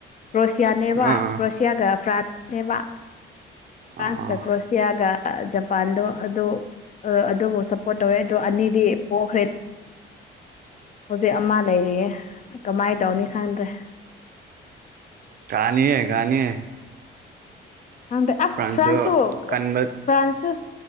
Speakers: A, on the left; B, on the right.
A: ꯀ꯭ꯔꯣꯁꯤꯌꯥꯅꯦꯕ
B: ꯑꯥ
A: ꯀ꯭ꯔꯣꯁꯤꯌꯥꯒ ꯐ꯭ꯔꯥꯟꯁꯅꯦꯕ ꯐ꯭ꯔꯥꯟꯁ
B: ꯑꯥ
A: ꯀ ꯀ꯭ꯔꯣꯁꯤꯌꯥꯒ ꯖꯄꯥꯟꯗꯣ ꯑꯗꯨ ꯑꯗꯨꯕꯨ ꯁꯞꯄꯣꯔꯠ ꯇꯧꯋꯦ ꯑꯗꯣ ꯑꯅꯤꯗꯤ ꯄꯣꯛꯈ꯭ꯔꯦ ꯍꯧꯖꯤꯛ ꯑꯃ ꯂꯩꯔꯤꯌꯦ ꯀꯃꯥꯏꯅ ꯇꯧꯅꯤ ꯈꯪꯗ꯭ꯔꯦ
B: ꯀꯥꯅꯤ ꯀꯅꯤ
A: ꯪ ꯑꯁ
B: ꯐ꯭ꯔꯥꯟꯁꯁꯨ
A: ꯐ꯭ꯔꯥꯟꯁ
B: ꯀꯟꯕ
A: ꯐ꯭ꯔꯥꯟꯁ